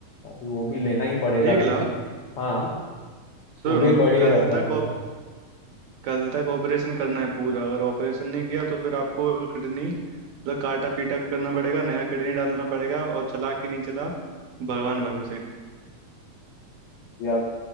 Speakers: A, on the left; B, on the right.
A: अभी वो भी लेना ही पड़ेगा
B: एक
A: अभी
B: लाख
A: कित हाँ
B: सुनो
A: वो भी बड़ी
B: कल
A: रकम
B: तक
A: है
B: कल तक ऑपरेशन करना है पूरा अगर ऑपरेशन नहीं किया तो फिर आपको किडनी मतलब काटा पीटा करना पड़ेगा नया किडनी डालना पड़ेगा और चला कि नहीं चला भगवान भरोसे
A: मैं